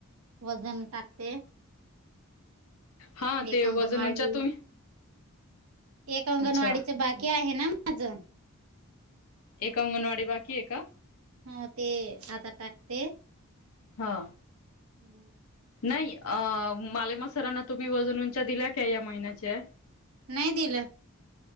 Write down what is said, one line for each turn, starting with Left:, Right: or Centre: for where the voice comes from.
Right: वजन टाकते
Left: हा ते
Right: एक अंगणवाडी
Left: वजन उंच्या तुम्ही
Right: एक अंगणवाडीच
Left: अच्छा
Right: बाकी आहे ना माझं
Left: एक अंगणवाडी बाकी एका
Right: हो ते आता टाकते
Left: हा
Right: हम्म
Left: नाही अ मालेमा सरांना तुम्ही वजन उंच्या दिल्या का या महिन्याच्या
Right: नाही दिलं